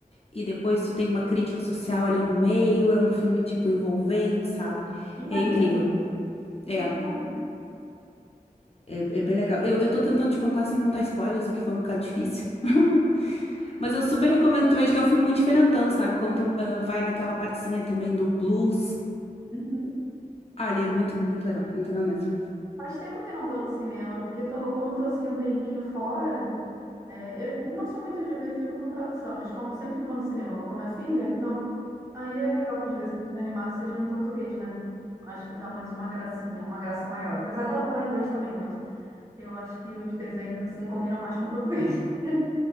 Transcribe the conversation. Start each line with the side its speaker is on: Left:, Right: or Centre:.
Left: e depois tu tem uma crítica social ali no meio, é um filme, tipo, envolvente, sabe?
Right: Que
Left: É
Right: maneiro!
Left: incrível.
Right: Que
Left: É, é,
Right: legal!
Left: é bem legal. Eu, eu tô tentando te contar sem contar spoilers, o que foi um bocado difícil. <laughs> Mas eu super recomendo que tu veja que é um filme muito diferentão, sabe? Conta, ah, vai naquela partezinha também do blues.
Right: Uhum.
Left: Olha, é muito, muito legal, muito legal mesmo.
Right: Faz tempo que eu não vou no cinema, porque tô, como tô assim um tempinho fora, É, eu não sou muito de ver filme com tradução, mas como sempre que vou no cinema, vou com a minha filha, então aí é legal que os desenhos animados sejam em português, né? Acho que dá mais uma gracinha, uma graça maior. Apesar dela falar inglês também, mas eu acho que os desenhos assim combinam mais com o português. <laughs>